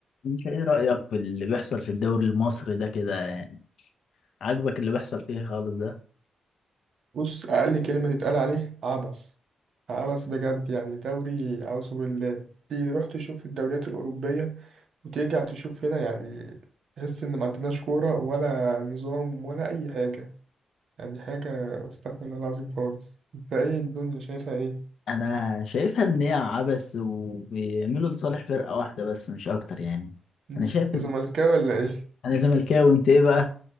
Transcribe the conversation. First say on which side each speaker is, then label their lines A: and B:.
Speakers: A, on the left; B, on the right.
A: انت ايه رأيك في اللي بيحصل في الدوري المصري ده كده يعني عاجبك اللي بيحصل فيه خالص ده
B: بص أقل كلمة تتقال عليه عبث عبث بجد يعني دوري أعوذ بالله تيجي تروح تشوف الدوريات الأوروبية وترجع تشوف هنا يعني تحس إن ما عندناش كورة ولا نظام ولا أي حاجة يعني حاجة استغفر الله العظيم خالص أنت إيه الدنيا شايفها إيه؟
A: انا شايفها ان هي عبث وبيعملوا لصالح فرقة واحدة بس مش اكتر يعني
B: مم.
A: انا شايف
B: زملكاوي
A: ان
B: ولا إيه؟
A: انا زملكاوي انت ايه بقى